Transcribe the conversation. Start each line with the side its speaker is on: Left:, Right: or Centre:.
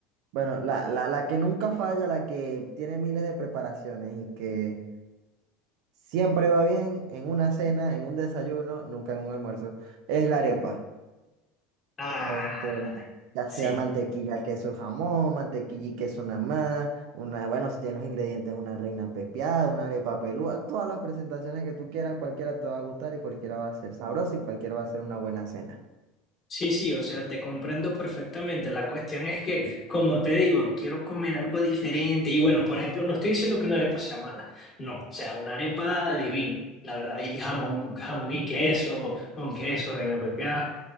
Right: bueno, la, la, la que nunca falla, la que tiene miles de preparaciones y que siempre va bien en una cena, en un desayuno, nunca en un almuerzo, es la arepa.
Left: Ah,
Right: Este, ya
Left: sí,
Right: sea mantequilla, queso, jamón, mantequilla y queso nada más, una, bueno, si tienes los ingredientes, una reina pepiada, una arepa pelúa, todas las presentaciones que tú quieras, cualquiera te va a gustar y cualquiera va a ser sabroso y cualquiera va a ser una buena cena.
Left: sí, sí, o sea, te comprendo perfectamente. La cuestión es que, como te digo, quiero comer algo diferente. Y bueno, por ejemplo, no estoy diciendo que una arepa sea mala, no, o sea, una arepa divina, la verdad, y jamón, jamón y queso, con queso, reina pepiada,